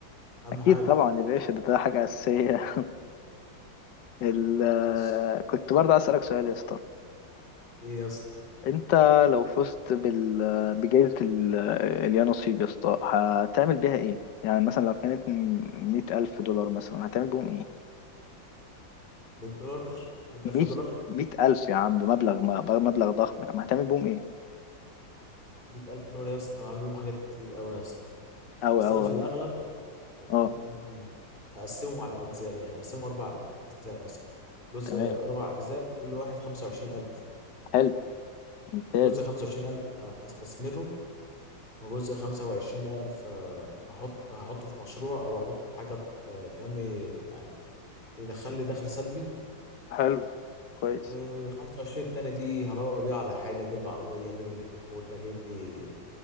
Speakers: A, on the left; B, on the left.
A: أهم
B: اكيد
A: حاجة
B: طبعا يا باشا ده ده حاجه اساسيه ال...
A: ماشي
B: كنت برضه عايز اسالك سؤال يا اسطى
A: إيه يا اسطى
B: انت لو فزت بال... بجائزه ال... اليا نصيب يا اسطى هتعمل بيها ايه يعني مثلا لو كانت مية ألف دولار مثلا هتعمل بيهم ايه
A: 100 دولار 100000
B: مية
A: دولار
B: مية ألف يا عم ده مبلغ ما- مبلغ ضخم يا عم هتعمل بيهم ايه
A: 100000 دولار يا اسطى عامل بيهم حاجات كتير أوي يا اسطى
B: أو
A: بس
B: أو
A: أنا في
B: أو
A: الأغلب
B: اه
A: ممكن أقسمهم على أجزاء يعني أقسمهم أربع أجزاء مثلا جزء
B: تمام
A: أربع أجزاء كل واحد 25000
B: حلو ممتاز
A: جزء 25000 آه، هستثمره وجزء 25000 آه، هحط هحطه في مشروع او هحطه في حاجه ت- تنمي يعني تدخل لي دخل سلبي
B: حلو كويس
A: و25 التانية دي هروق بيها على حالي اجيب لي عربيه اجيب لي تليفون اجيب لي